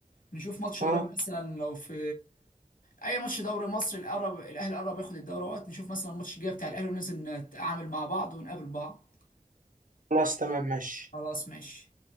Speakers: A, on the left; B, on the right.
A: نشوف ماتش
B: أه
A: قريب مثلا لو في اي ماتش دوري مصر القرب الاهلي قرب ياخد الدوري وقت نشوف مثلا الماتش الجاي بتاع الاهلي وننزل نتعامل مع بعض ونقابل بعض
B: خلاص تمام ماشي
A: خلاص ماشي